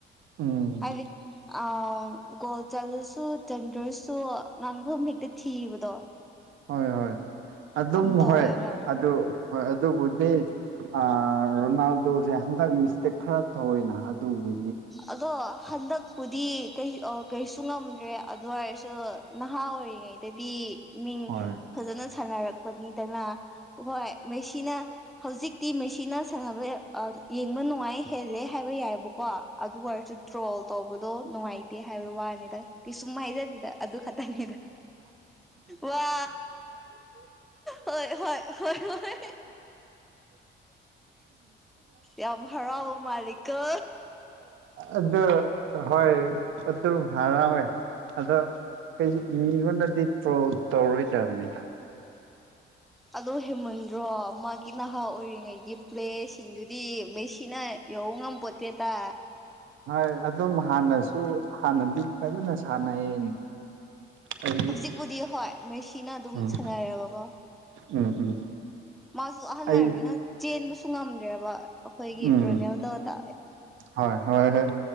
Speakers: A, on the right (about 80°); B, in the centre.
A: ꯎꯝ
B: ꯍꯥꯏꯗꯤ ꯑ ꯒꯣꯜ ꯆꯂꯨꯁꯨ ꯆꯟꯗ꯭ꯔꯁꯨ ꯉꯥꯡꯐꯝ ꯍꯦꯛꯇ ꯊꯤꯕꯗꯣ
A: ꯍꯣꯏ ꯍꯣꯏ ꯑꯗꯨꯝ
B: ꯌꯥꯝ ꯇꯧꯋꯦꯕ
A: ꯍꯣꯏ ꯑꯗꯨ ꯍꯣꯏ ꯑꯗꯨꯕꯨꯗꯤ ꯑ ꯔꯣꯅꯥꯜꯗꯨꯁꯦ ꯍꯟꯗꯛ ꯃꯤꯁꯇꯦꯛ ꯈꯔ ꯊꯑꯣꯏꯅ ꯑꯗꯨꯒꯤ
B: ꯑꯗꯣ ꯍꯟꯗꯛꯄꯨꯗꯤ ꯀꯩꯁꯨ ꯉꯝꯗ꯭ꯔꯦ ꯑꯗꯨ ꯑꯣꯏꯔꯁꯨ ꯅꯍꯥ ꯑꯣꯏꯔꯤꯉꯩꯗꯗꯤ ꯃꯤꯡ
A: ꯍꯣꯏ
B: ꯐꯖꯅ ꯁꯥꯟꯅꯔꯛꯄꯅꯤꯗꯅ ꯍꯣꯏ ꯃꯁꯤꯅ ꯍꯧꯖꯤꯛꯇꯤ ꯃꯦꯁꯤꯅ ꯁꯥꯟꯅꯕ ꯌꯦꯡꯕ ꯅꯨꯡꯉꯥꯏ ꯍꯦꯜꯂꯦ ꯍꯥꯏꯕ ꯌꯥꯏꯑꯕꯀꯣ ꯑꯗꯨ ꯑꯣꯏꯔꯁꯨ ꯗ꯭ꯔꯣꯜ ꯇꯧꯕꯗꯣ ꯅꯨꯡꯉꯥꯏ ꯇꯦ ꯍꯥꯏꯕ ꯋꯥꯅꯤꯗ ꯀꯩꯁꯨꯝ ꯍꯥꯏꯖꯗꯦꯗ ꯑꯗꯨ ꯈꯛꯇꯅꯤꯗ ꯋꯥ ꯍꯣꯏ ꯍꯣꯏ ꯍꯣꯏ ꯍꯣꯏ ꯌꯥꯝ ꯍꯔꯥꯎꯕ ꯃꯥꯂꯤꯀꯣ
A: ꯑꯗꯨꯗ ꯍꯣꯏ ꯑꯠꯇ ꯐꯔ ꯑꯣꯏꯣꯏ ꯑꯗ ꯀꯩꯁꯨ ꯃꯤꯉꯣꯟꯗꯗꯤ ꯇ꯭ꯔꯣꯜ ꯇꯧꯔꯣꯏꯗꯕꯅꯤꯗ
B: ꯑꯗꯣ ꯍꯦꯃꯟꯗ꯭ꯔꯣ ꯃꯥꯒꯤ ꯅꯍꯥ ꯑꯣꯏꯔꯤꯉꯩꯒꯤ ꯄ꯭ꯂꯦꯁꯤꯡꯗꯨꯗꯤ ꯃꯦꯁꯤꯅ ꯌꯉ ꯄꯠꯇꯦꯇ
A: ꯍꯣꯏ ꯑꯗꯨꯝ ꯍꯥꯟꯅꯁꯨ ꯍꯥꯟꯅꯗꯤ ꯐꯖꯅ ꯁꯥꯟꯅꯩꯌꯦ ꯑꯩ
B: ꯍꯧꯖꯤꯛꯄꯨꯗꯤ ꯍꯣꯏ ꯃꯦꯁꯤꯅ ꯑꯗꯨꯝ
A: ꯎꯝꯝ
B: ꯁꯥꯟꯅꯔꯦꯕꯀꯣ
A: ꯎꯝ ꯎꯝ
B: ꯃꯥꯁꯨ ꯑꯍꯜ ꯑꯣꯏꯔꯕꯅꯤꯅ
A: ꯑꯩ
B: ꯆꯦꯟꯕꯁꯨ ꯉꯝꯗ꯭ꯔꯦꯕ ꯑꯩꯈꯣꯏꯒꯤ
A: ꯎꯝ
B: ꯔꯣꯅꯦꯜꯗꯗ
A: ꯍꯣꯏ ꯍꯣꯏ ꯍꯣꯏ